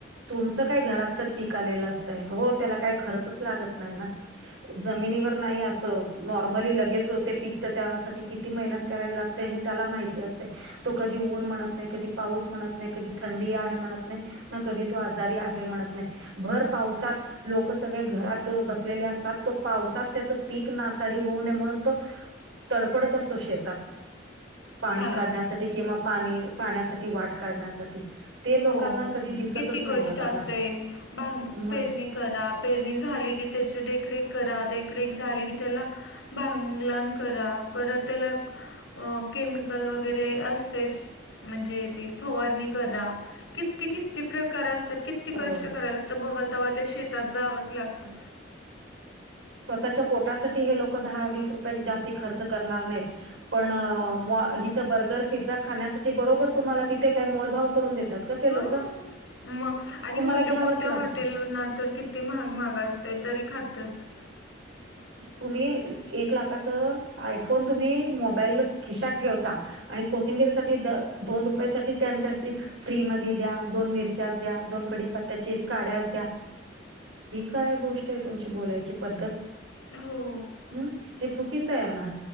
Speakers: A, on the right; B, on the left.
A: तुमच काय घरात तर पिक आलेलं असतय हो त्याला काय खर्च लागत नाय ना जमिनीवर नाही असं नॉर्मली लगेच ते पिकत त्यासाठी कित किती मेहनत करावी लागते हे त्याला माहिती अस तो कधी ऊन म्हणत नाय कधी पाऊस म्हणत नाय कधी थंडी आहे म्हणत नाय ना कधी तो आजारी आहे म्हणत नाय भर पावसात लोक सगळे घरात बसलेले असतात तो पावसात त्याच पीक नासाडी होऊ नये म्हणून तो तडपडत असतो शेतात पाणी
B: हा ना
A: काढण्यासाठी किंवा पाणी पाण्यासाठी वाट काढण्यासाठी ते लोकांना
B: हो हो
A: कधी दिसतच
B: किती
A: नाही
B: कष्ट
A: बघा
B: असतय
A: ना
B: भांग
A: मग
B: पेरणी करा पेरणी झाली कि त्याची देखरेख करा देखरेख झाली की त्याला भांगलान करा परत त्याला अ केमिकल वगैरे असतेच म्हणजे ते फवारणी करा किती कित किती प्रकार असतात किती
A: हो.
B: कष्ट करायला लागतं बघल तेव्हा ते शेतात जावंच लागतं.
A: स्वतःच्या पोटासाठी हे लोक दहा वीस रुपये जास्ती खर्च करणार नाहीत. पण मॉ इथं बर्गर फिझ्झा खाण्यासाठी बरोबर तुम्हाला तिथे काही मोलभाव करून देतात का ते
B: ह
A: लोक
B: म आणि
A: तुम्हाला
B: मोठ्या
A: घ्यावंच
B: मोठ्या
A: लागते
B: हॉटेल ना तर कित ती महाग महाग असतय तरी खातात.
A: तुम्ही एक लाखाच आयफोन तुम्ही मोबाईल खिशात ठेवता आणि कोथिंबीर साठी द दोन रुपया साठी त्यांचांशी फ्री मधी द्या. दोन मिरच्या द्या. दोन कडीपत्त्याचे काड्या द्या. ही काय गोष्टय तुमची बोलायची पद्धत
B: हो
A: हम्म हे चुकीचं हाय ना